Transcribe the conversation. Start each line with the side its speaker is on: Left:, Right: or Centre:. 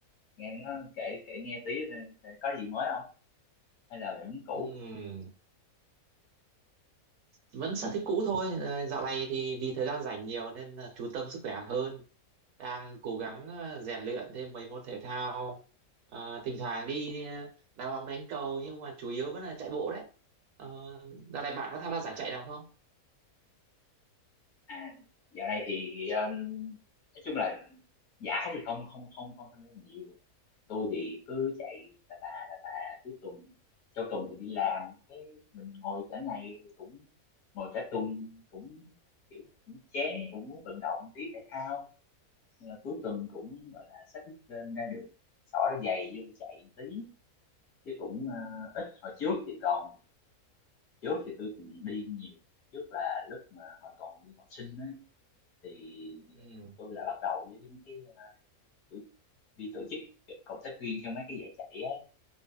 Left: nghe nó kể kể nghe tí ờ, có gì mới không? Hay là vẫn cũ?
Right: Ừm, vẫn sở thích cũ thôi. Ờ, Dạo này thì vì thời gian rảnh nhiều nên là chú tâm sức khỏe hơn. Đang cố gắng ờ, rèn luyện thêm mấy môn thể thao. Ờ, thỉnh thoảng đi ờ, đá bóng đánh cầu nhưng mà chủ yếu vẫn là chạy bộ đấy. Ờ, dạo này bạn có tham gia giải chạy nào không?
Left: À, dạo này thì ờ, nói chung là giả thì không không không không tham gia nhiều. Tôi thì cứ chạy tà tà tà tà cuối tuần, trong tuần thì đi làm, cái mình ngồi cả ngày cũng ngồi cả tuần cũng kiểu cũng chán, cũng muốn vận động tí thể thao Nên là cuối tuần cũng gọi là xách lên ra đường xỏ ra giày vô chạy một tí chứ cũng ờ, ít hồi trước thì còn trước thì tôi cũng đi nhiều trước là lúc mà hồi còn đi học sinh á thì
Right: Ừm.
Left: tôi là bắt đầu với cái- mấy cái ờ, tự- đi tổ chức cộng tác viên cho mấy cái giải chạy ấy